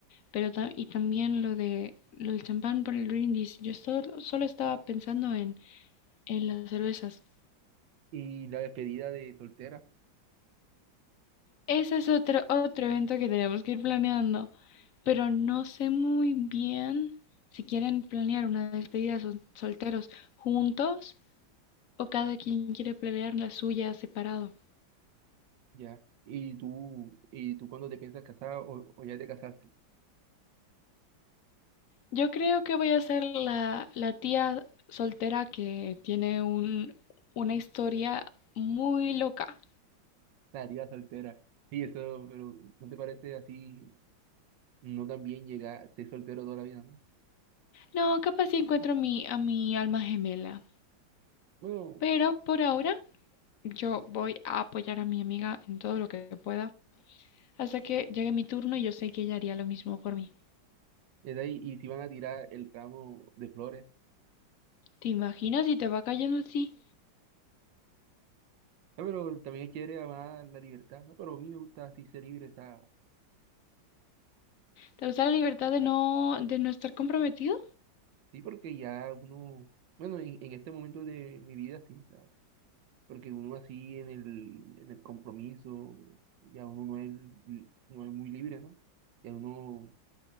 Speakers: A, on the left (about 65°); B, on the right (about 70°).
A: pero ta- y también lo de lo del champán por el brindis. Yo solo, solo estaba pensando en, en las cervezas.
B: Y la despedida de soltera.
A: Ese es otro, otro evento que tenemos que ir planeando, pero no sé muy bien si quieren planear una despedida sol- solteros juntos o cada quien quiere planear la suya separado.
B: Ya. ¿Y tú, y tú cuando te piensas casar o, o ya te casaste?
A: Yo creo que voy a ser la, la tía soltera que tiene un, una historia muy loca.
B: La tía soltera. Sí, eso, pero ¿no te parece así no tan bien llegar, ser soltero toda la vida, ¿no?
A: No, capaz si encuentro a mi, a mi alma gemela,
B: Bueno,
A: pero por ahora yo voy a apoyar a mi amiga en todo lo que pueda hasta que llegue mi turno y yo sé que ella haría lo mismo por mí.
B: es ahí, y si van a tirar el ramo de flores.
A: ¿Te imaginas si te va cayendo así?
B: Ah, pero también quiere amar la libertad, ¿no? Pero a mí me gusta así ser libre, o sea,
A: ¿Te gusta la libertad de no, de no estar comprometido?
B: sí, porque ya uno, bueno, en, en este momento de mi vida sí, o sea, porque uno así en el, en el compromiso, ya uno no es, li- no es muy libre, ¿no? Ya uno